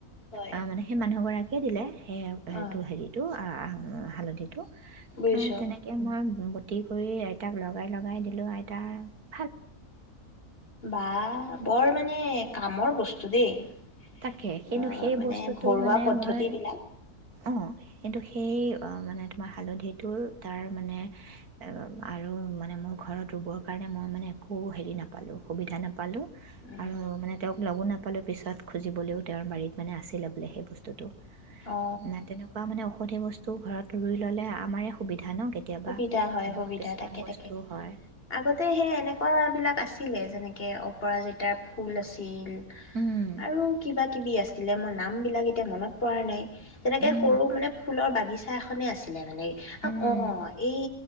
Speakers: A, on the left; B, on the right.
A: হয়
B: অঁ মানে সেই মানুহগৰাকী <unintelligible> সেইয়া
A: অ
B: হেৰিটো আ আ হালধিটো
A: বুজিছো
B: অঁ তেনেকে মই কি কৰি আইতাক লগাই লগাই দিলোঁ আইতাৰ
A: বাহ! বৰ মানে কামৰ বস্তু <unintelligible>
B: তাকে। কিন্তু
A: অ
B: সেই
A: মানে
B: বস্তুটো
A: ঘৰুৱা
B: মানে
A: পদ্ধতিবিলাক
B: মই অ', কিন্তু সেই অঁ, মানে তোমাৰ হালধিটোৰ তাৰ মানে-আৰু মানে মোৰ ঘৰত ৰুবৰ কাৰণে মই মানে একো হেৰি নাপালোঁ, সুবিধা নাপালো পালোঁ
A: উম
B: আৰু মানে তেওঁক লগো নে <unintelligible> পিছত। খুজিবলৈও তেওঁৰ বাৰীত মানে, আছিলে বোলে সেই বস্তুটো।
A: অ
B: না তেনেকুৱা মানে অশু গোটেই বস্তু ঘৰত ৰুই ল'লে আমাৰে সুবিধা। ন কেতিয়াবা
A: সুবিধা হয়
B: এনেকুৱা
A: সুবিধা
B: কিছুমান
A: তাকে-তাকে,
B: বস্তু হয়
A: আগতে সেই এনেকুৱা বিলাক আছিলে যেনেক কে অপৰাজিতাৰ ফুল আছিল,
B: উম,
A: আৰু কিবা কিবি আছিল। কি আছিলে মোৰ নামবিলাক এতিয়া মনত পৰা নাই। তেনেকে
B: উম,
A: সৰু মানে ফুলৰ বাগিচা বাগিচা এখনে আছিলে মানে
B: উম।
A: অ'। এই,